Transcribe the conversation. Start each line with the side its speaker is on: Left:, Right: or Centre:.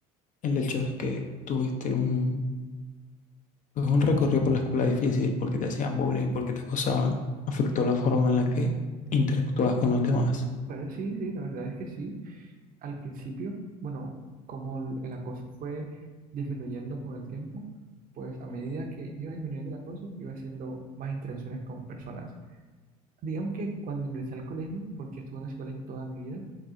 Left: el hecho de que tuviste un, pues, un recorrido por la escuela difícil, porque te hacían bullying, porque te acosaban, afectó la forma en la que interactuabas con los demás?
Right: Pues sí, sí, la verdad es que sí. Al principio, bueno, como el el acoso fue disminuyendo con el tiempo, pues a medida que iba disminuyendo el acoso, iba haciendo más interacciones con personas. Digamos que cuando ingresé al colegio, porque estuve en ese colegio toda mi vida,